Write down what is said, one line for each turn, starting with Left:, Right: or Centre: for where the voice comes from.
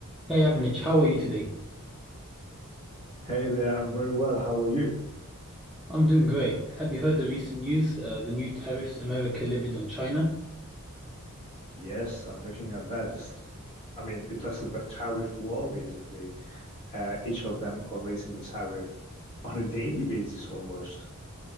Centre: Hey Avnich, how are you today?
Left: Hey there, I'm very well. How are you?
Centre: I'm doing great. Have you heard the recent news? Uh, the new tariffs America levied on China?
Left: Yes, I'm looking at that. It's, I mean, it lasted like tariff war basically. Uh, each of them are raising the tariff on a daily basis almost.